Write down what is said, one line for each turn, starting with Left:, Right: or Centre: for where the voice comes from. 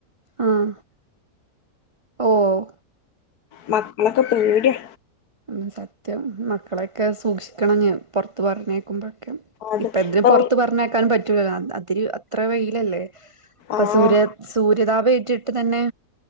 Right: ആഹ ഓഹ്
Left: മക്കളൊക്കെ പേടിയാ
Right: ഉം സത്യം മക്കളെയൊക്കെ സൂക്ഷിക്കണം പൊറത്ത് പറഞ്ഞേക്കുമ്പം
Left: അത്
Right: ഇപ്പ ഇതിന്
Left: ഇപ്പം
Right: പുറത്ത് പറഞ്ഞേക്കാനും പറ്റൂലല്ലോ അതിന് അത്ര വെയിലല്ലേ ഇപ്പൊ
Left: ആഹ്
Right: സൂര്യ സൂര്യതാപ ഏറ്റിട്ട് തന്നെ